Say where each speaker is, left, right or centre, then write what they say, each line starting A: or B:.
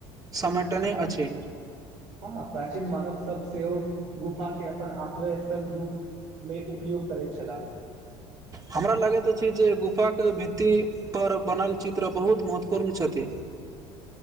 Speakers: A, on the right; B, on the right.
A: सम्मेटने अछि
B: हँ प्राचीन मानव सब सेहो गुफा के अपन आश्रय स्थल रूप मे उपयोग करैत छलाह
A: हमरा लागैत अछि जे गुफा के भित्ती पर बनल चित्र बहुत महत्वपूर्ण छथि